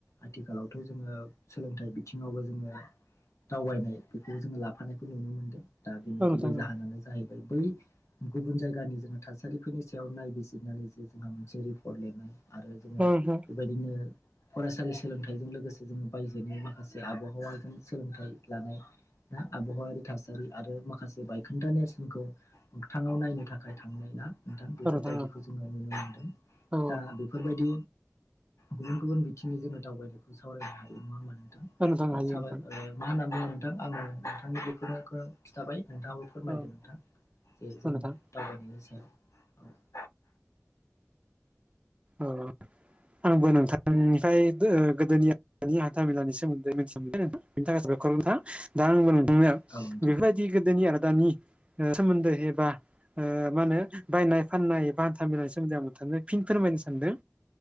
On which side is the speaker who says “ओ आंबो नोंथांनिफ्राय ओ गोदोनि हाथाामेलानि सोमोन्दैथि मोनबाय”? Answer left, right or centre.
Right